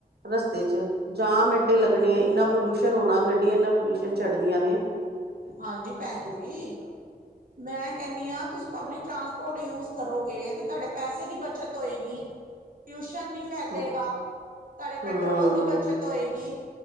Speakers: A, on the right (about 80°); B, on the right (about 60°).
A: ਰਸਤੇ 'ਚ। ਜਾਮ ਏਡੇ ਲੱਗਣੇ ਇੰਨਾ ਪੋਲਿਊਸ਼ਨ ਹੋਣਾ ਗੱਡੀਆਂ ਇਨਾਂ ਪੋਲਿਊਸ਼ਨ ਛੱਡਦੀਆਂ ਨੇਂ
B: ਹਾਂਜੀ ਭੈਣ ਜੀ। ਮੈਂ ਕਹਿੰਨੀ ਹਾਂ ਤੁਸੀਂ ਪਬਲਿਕ ਟਰਾਂਸਪਰ ਪੋਰਟ ਕੋਡ ਯੂਜ ਕਰੋਗੇ ਤੇ ਤੁਹਾਡੇ ਪੈਸੇ ਦੀ ਬੱਚਤ ਹੋਏਗੀ। ਟਿਊਸ਼ਨ ਨੀਂ ਫੈਲੇਗਾ।
A: ਹਮ
B: ਤੁਹਾਡੇ
A: ਹਮ
B: ਪੈਟਰੋਲ ਦੀ ਬੱਚਤ ਹੋਏਗੀ।